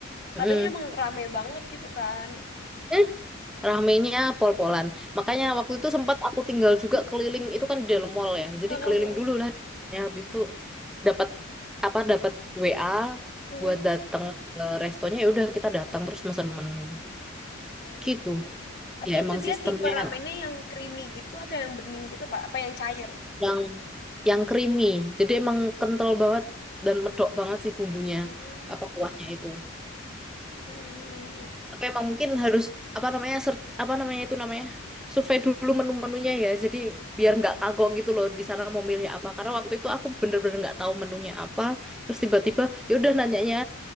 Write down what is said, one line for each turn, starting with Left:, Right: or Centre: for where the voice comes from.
Centre: Mm.
Left: katanya emang rame banget gitu kan.
Centre: Eh, ramenya pol-polan. Makanya waktu itu sempat aku tinggal juga keliling, itu kan di dalam mall ya. Jadi
Left: Heeh,
Centre: keliling
Left: heeh.
Centre: dulu lah. Ya, habis itu dapat apa dapat WA
Left: Mm-mm.
Centre: buat datang ke restonya ya udah kita datang terus mesen menu.
Left: Oh.
Centre: Gitu.
Left: Tapi
Centre: Ya emang
Left: itu dia
Centre: sistemnya
Left: tipe ramennya
Centre: yang
Left: yang creamy gitu atau yang bening gitu, Kak? Apa yang cair?
Centre: yang yang creamy. Jadi emang kental banget dan medok banget sih bumbunya
Left: Oh,
Centre: apa kuahnya itu.
Left: heeh, heeh, heeh.
Centre: Tapi emang mungkin harus apa namanya ser- apa namanya itu namanya survei dulu menu-menunya ya. Jadi biar nggak kagok gitu loh di sana mau milih apa. Karena waktu itu aku bener-bener nggak tahu menunya apa. Terus tiba-tiba ya udah nanyanya